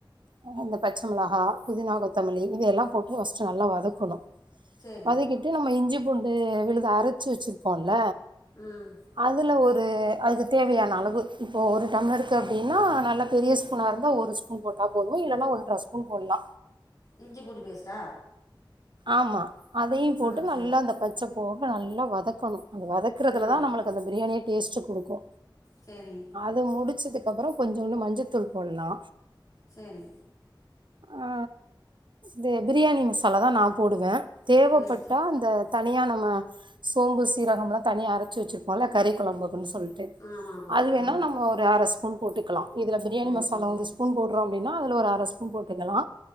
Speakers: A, on the right (about 70°); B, on the left (about 45°).
A: அ இந்த பச்ச மிளகா புதினா கொத்தமலி இதையெல்லா போட்டு ஃபஸ்ட் நல்லா வதக்கணு
B: சரி
A: வதக்கிட்டு நம்ம இஞ்சி பூண்டு விழுத அரச்சு வச்சிருப்போல்ல
B: ம்
A: அதில ஒரு அதுக்கு தேவையான அளவு இப்போ ஒரு டம்ளர் இருக்கு அப்டின்னா நல்லா பெரிய ஸ்பூனாக இருந்தா ஒரு ஸ் பூன் போட்டா போது இல்லனா ஒன்ற ஸ்பூன் போட்லா
B: இஞ்சி பூண்டு பேஸ்ட்டா
A: ஆமா அதையு போட்டு
B: ஆ
A: நல்லா
B: சரி
A: அந்த பச்ச போக நல்லா வதக்கணு வதக் க்கிறதுல
B: ஆ
A: தா நமளுக்கு அந்த பிரியாணியே டேஸ்டு கொடுக்கு
B: சேரி
A: அத முடிச்சதுகப்புறோ கொஞ்சோன்டு மஞ்சத்தூள் போட்லா
B: செரி
A: ஆ து பிரியாணி மசாலா தா நா போடுவே தேவப்பட்டா
B: ஆ சரி
A: அந்த தனியா நம்ம சோம்பு சீரகம்லா தனியா அரச்சி வச்சுருப்போல்ல கறி கொழம்புக்குன் சொல் ஓகே
B: ஆமாம் ஆமாம்
A: அதுவேணா
B: ஆ
A: நம்மோ ஒரு அர ஸ்பூன் போட்டுக்கலாம் இதில பிரியாணி
B: ஆ
A: மசாலா
B: சரி
A: ஒரு ஸ்பூன் போடுறோ அப்டின்னா அதில ஒரு அர ஸ்பூன் போட்டுக்கலா